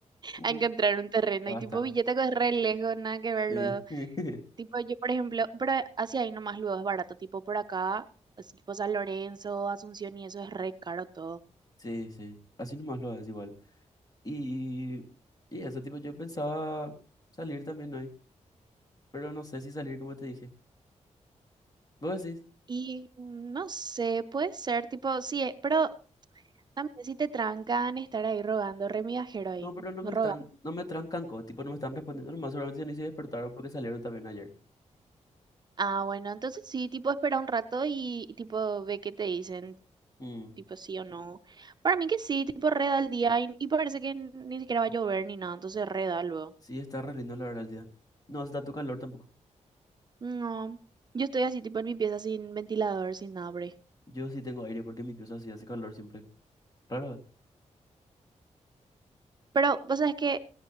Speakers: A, on the left; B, on the right.
A: Mm,
B: a encontrar un terreno.
A: Basta.
B: Y tipo, Villetaco es re lejos, nada que ver
A: Sí.
B: luego.
A: <laughs>
B: Tipo, yo, por ejemplo, pero hacia ahí nomás luego es barato. Tipo, por acá, así tipo San Lorenzo, Asunción y eso es re caro todo.
A: Sí, sí. Así nomás lo es igual. Y, y eso, tipo, yo pensaba salir también hoy. Pero no sé si salir como te dije. Vos decís,
B: Y no sé, puede ser, tipo, sí, eh, pero también si te trancan estar ahí rogando, re migajero ahí,
A: no, pero no
B: no
A: me están,
B: roga.
A: no me trancanco, tipo, no me están respondiendo nomás, seguramente ya ni se despertaron porque salieron también ayer.
B: Ah, bueno, entonces sí, tipo, espera un rato y y, tipo, ve qué te dicen,
A: Mm,
B: tipo, sí o no. Para mí que sí, tipo, reda el día y, y parece que ni siquiera va a llover ni nada, entonces reda luego.
A: sí, está re lindo la verdad el día. No hace tanto calor tampoco.
B: No, yo estoy así, tipo en mi pieza sin ventilador, sin nada por ahí.
A: Yo sí tengo aire porque mi pieza sí hace calor siempre. Claro.
B: Pero vos sabés que,